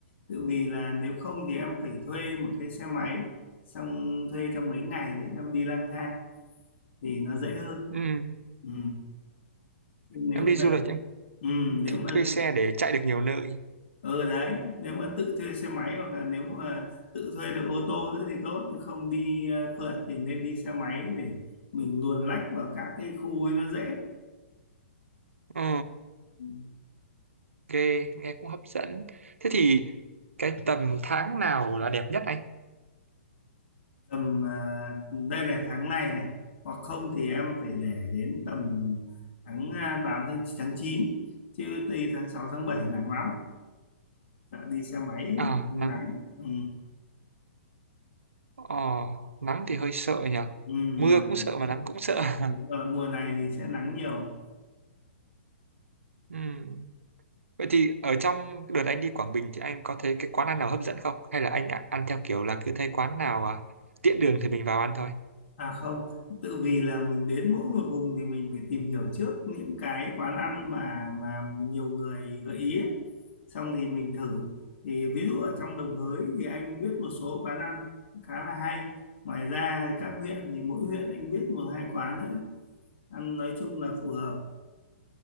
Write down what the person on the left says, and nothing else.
tự vì là nếu không thì em phải thuê một cái xe máy xong thuê trong mấy ngày đấy em đi lang thang thì nó dễ hơn
ừ. Chứ nếu
mà
ừ,
nếu
mà
ừ đấy nếu mà tự thuê xe máy hoặc là nếu mà tự thuê được ô tô nữa thì tốt chứ không đi ờ, phượt thì nên đi xe máy để mình luồn lách vào các cái khu ấy nó dễ
Ừ.
tầm à, đây là tháng này này hoặc không thì em phải để đến tầm tháng à, 8 tháng tháng 9 chứ từ tháng 6 tháng 7 nắng lắm sợ đi xe máy
thì
nắng ừ,
ừ,
nắng.
Đúng rồi, mùa này thì sẽ nắng nhiều
À không, tự vì là mình đến mỗi một vùng thì mình phải tìm hiểu trước những cái quán ăn mà mà nhiều người gợi ý ấy. Xong thì mình thử. Thì ví dụ ở trong Đồng Hới thì anh biết một số quán ăn khá là hay. Ngoài ra thì các huyện thì mỗi huyện anh biết một hai quán nữa. Ăn nói chung là phù hợp.